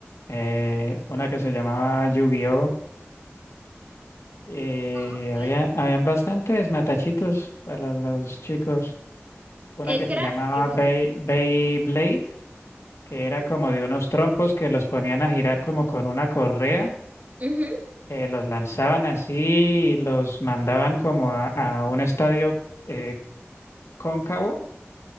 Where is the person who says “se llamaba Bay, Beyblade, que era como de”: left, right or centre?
Left